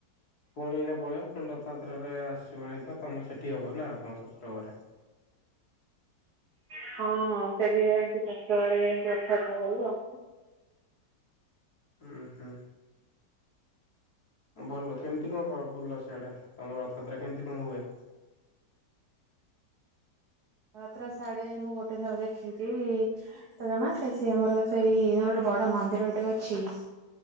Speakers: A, on the left; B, on the right.
A: ପୁଣି ନା ପଳେଇବ ପୁଣି ରଥଯାତ୍ରାାରେ ଆସିବ ନାହିଁ ତମେ ସେଠି ହବ ନା ଶଶୁର ଘରେ।
B: ହ ହଁ ସେଠି ଯାଇକି ଚାଷ ଘରେ ଏମତି ରକ୍ଷ ବଥାା କରିବ। <inaudible>
A: ହୁଁ ହୁଁ ଭଲ କେମିତି କଣ ଭୁଲ ସେଆଡା ତମର ରଥାତ୍ରା କେମିତି କଣ ହୁଏ।
B: ାତ ଶାଢେ ମୁଁ ଗୋଟେ ଥର ଦେଖିଛି ତ ଜମା ସେ ଆମର ସେଇ ଗ ବଡ ମନ୍ଦିରଟେ ଅଛି